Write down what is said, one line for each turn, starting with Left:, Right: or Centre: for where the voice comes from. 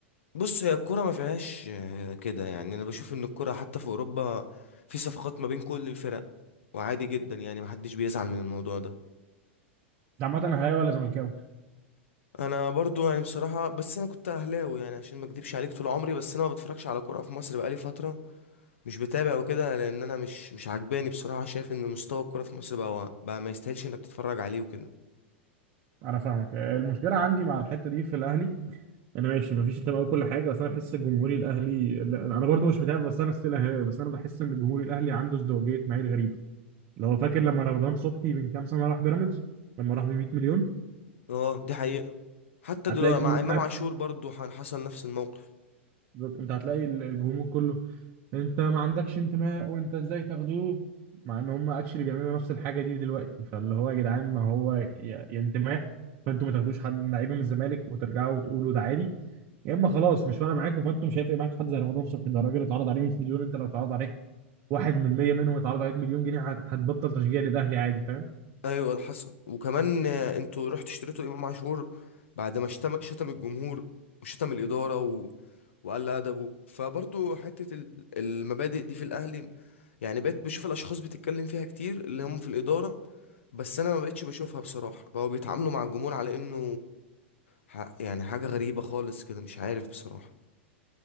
Left: بص هي الكره ما فيهاش آه، كده يعني انا بشوف ان الكره حتى في اوروبا في صفقات ما بين كل الفرق وعادي جدا يعني محدش بيزعل من الموضوع ده
Right: انت عامه اهلاوي ولا زملكاوي
Left: انا برضو يعني بصراحه بس انا كنت اهلاوي يعني عشان ما اكدبش عليك طول عمري بس انا ما بتفرجش على كوره في مصر بقالي فتره مش بتابع وكده لان انا مش مش عجباني بصراحه شايف ان مستوى الكوره في مصر بقى بقى ما يستاهلش انك تتفرج عليه وكده
Right: انا فاهمك المشكله عندي مع الحته دي في الاهلي انا ماشي مفيش انتماء وكل حاجه بس انا بحس الجمهوري الاهلي لا، انا برضو مش متابع بس انا ستيل اهلاوي بس انا بحس ان الجمهوري الاهلي عنده ازدواجيه معايير غريبه اللي هو فاكر لما رمضان صبحي من كام سنه راح بيراميدز لما راح ب 100 مليون
Left: اه دي حقيقه حتى
Right: هتلاقي
Left: دلوقتي
Right: الجمهور
Left: مع امام عاشور برضو ح- حصل نفس الموقف
Right: بالظبط. انت هتلاقي ال- الجمهور كله انت ما عندكش انتماء وانت ازاي تاخدوه مع ان هم اكشلي بيعملوا نفس الحاجه دي دلوقتي فاللي هو يا جدعان ما هو يا يا انتماء فانتوا ما تاخدوش حد من لعيبه من الزمالك وترجعوا وتقولوا ده عادي يا اما خلاص مش فارق معاكم فانتوا مش هيفرق معاك حد زي رمضان صبحي ده الراجل اتعرض عليه 100 مليون انت لو اتعرض عليك 1% منهم اتعرض عليك مليون جنيه هت- هتبطل تشجيع للاهلي عادي فاهم
Left: ايوه حصل وكمان آه، انتوا رحتوا اشتريتوا امام عاشور بعد ما شتم شتم الجمهور وشتم الاداره و... وقل ادبه فبرضو حته ال- المبادئ دي في الاهلي يعني بقيت بشوف الاشخاص بتتكلم فيها كتير اللي هم في الاداره بس انا ما بقتش بشوفها بصراحه بقوا بيتعاملوا مع الجمهور على انه ح- يعني حاجة غريبة خالص كده مش عارف بصراحة